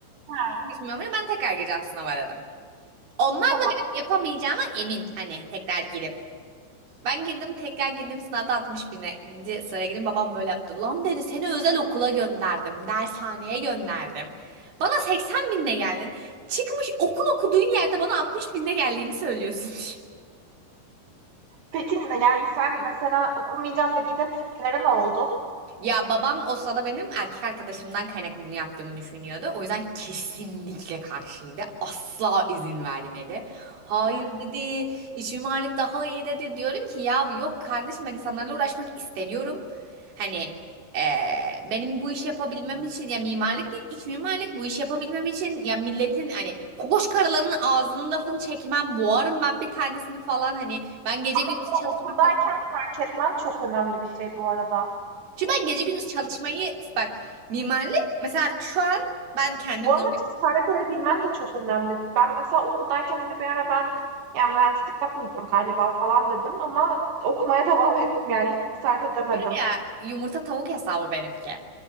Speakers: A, on the right (about 80°); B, on the right (about 60°).
A: Ha
B: Hiç mimarlık ben tekrar gireceğim sınava dedim. Onlar da
A: tamam.
B: benim yapamayacağıma emin hani tekrar girip. Ben girdim tekrar girdim sınavda 60 bine di- sıraya girdim. Babam böyle yaptı. Lan dedi seni özel okula gönderdim. Dershaneye gönderdim. Bana 80 binle geldin. Çıkmış okul okuduğun yerde bana 60 binle geldiğini söylüyorsun. <laughs>
A: Peki, yani, sen mesela okumayacağım dediğinde tepkileri ne oldu?
B: Ya babam o sırada benim erkek arkadaşımdan kaynaklı bunu yaptığımı düşünüyordu. O yüzden kesinlikle karşıydı. Asla izin vermedi. Hayır
A: He.
B: dedi, iç mimarlık daha iyi dedi. Diyorum ki ya yok kardeşim ben insanlarla uğraşmak istemiyorum. Hani eee, benim bu işi yapabilmem için ya mimarlık değil iç mimarlık bu işi yapabilmem için ya milletin hani kokoş karıların ağzının lafını çekmem boğarım ben bir tanesini falan hani ben gece
A: Ama
B: gündüz
A: bunu
B: çalışmaktan
A: okuldayken fark etmen çok önemli bir şey bu arada.
B: çünkü ben gece gündüz çalışmayı bak mimarlık mesela şu an ben kendim
A: Bu
B: normal
A: arada cesaret edebilmen de çok önemli. Ben mesela okuldayken hani bir ara ben yani mühendislik yapmayacağım galiba falan dedim ama okumaya <laughs> devam ettim yani hiç cesaret edemedim.
B: yapıyorum ya yumurta tavuk hesabı benimki.